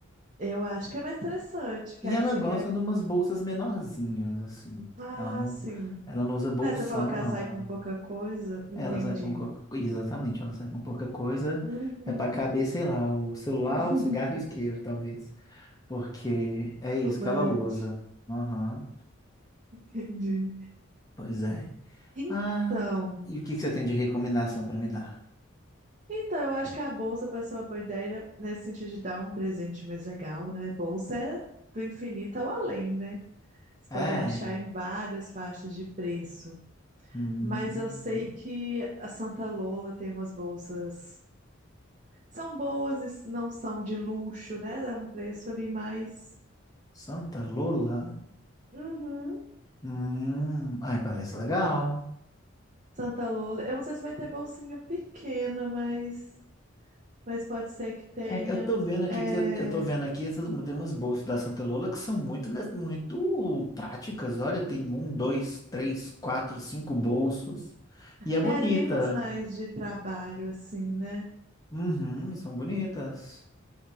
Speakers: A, on the right (about 35°); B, on the left (about 15°).
A: Eu acho que é mais interessante, que
B: E
A: aí
B: ela
A: você
B: gosta
A: quer.
B: de umas bolsas menorzinhas, assim.
A: Ah,
B: Ela não,
A: sim.
B: ela não usa bolsão,
A: É, você falou que ela
B: não.
A: sai com pouca coisa. Entendi.
B: Ela sai com pouca, exatamente, ela sai com pouca coisa.
A: Uhum.
B: É pra caber, sei lá, o celular,
A: <laughs>
B: o cigarro e o isqueiro, talvez. Porque é isso
A: Fumante.
B: que ela usa. Aham,
A: Entendi.
B: pois é.
A: Então,
B: Ah, e o que que você tem de recomendação pra me dar?
A: então, eu acho que a bolsa pode ser uma boa ideia nesse sentido de dar um presente mais legal, né? Bolsa é do infinito ao além, né? Você
B: É.
A: pode achar em várias faixas de preço.
B: Hum.
A: Mas eu sei que a Santa Lola tem umas bolsas. São boas e não são de luxo, né? É um preço ali mais.
B: Santa Lola?
A: Uhum.
B: Hum, ai, parece legal.
A: Santa Lola. Eu não sei se vai ter bolsinha pequena, mas, mas pode ser que tenha.
B: É, eu tô vendo aqui
A: É,
B: que eu tô vendo aqui essas, tem umas bolsas da Santa Lola que são muito, né, muito práticas. Olha, tem um, dois, três, quatro, cinco bolsos. E é bonita.
A: é, tem umas mais de trabalho, assim, né?
B: Uhum, são bonitas.